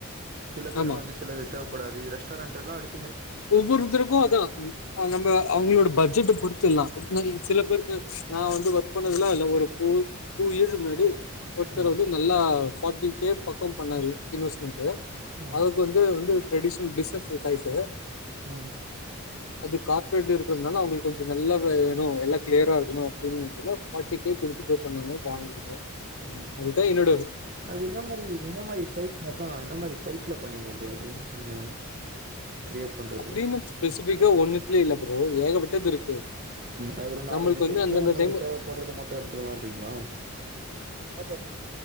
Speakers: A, on the right; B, on the left.
A: சில பேருக்கு
B: ஆமா
A: வந்து சிலது தேவ். கூடாது ரெஸ்டாரெண்ட் எல்லாம் எடுத்.
B: ஒவ்வொருத்தருக்கும் அதான் நம்ம அவங்களோட பட்ஜெட்ட பொறுத். துலாம் சில பேருக்கு நான் வந்து ஒர்க் பண்ணதுல்லாம் இல்ல ஒரு டூ இயர்ஸ் முன்னாடி. ஓத்தரது
A: ம்
B: நல்லா. ஃப்ட்டிகே பர்ஃர்ம் பண்ணாரு இன்வெஸ்மெட்டு.
A: ம்
B: அதுக்கு வந்து வந்து ட்ரெடிஷனல் பிசினஸ் சைட்டு.
A: உஹம்.
B: அது கார்பரேட் இருக்கிறதுனால அவங்களுக்கு கொஞ்சம் நல்லா வேணும் எல்லா கிளியரா இருக்கணும் அப்படின்னுனால பார்டிகே கொடுத்து கோட் பண்ணாங்க வாங்கினாங்க.
A: ம்
B: அதுதா என்னோடுது.
A: அது என்ன மாதிரி என்ன மாதிரி சைட் அதான் என்ன மாதிரி சைட்ல பண்ணீங்க அது நீங்க. <inaudible> கிரியேட் பண்றது
B: அப்படின்னு ஸ்பெசிபிக்கா ஒன்னுத்துலயே இல்ல ப்ரோ ஏகப்பட்டது இருக்கு
A: ஹநாலு
B: நம்மளுக்கு
A: அஞ்சு சைற
B: வந்து அந்தந்த
A: மட்டும்
B: டைம்
A: எடுத்துக்கலங்களா அப்டின்றிகளா ஆமா.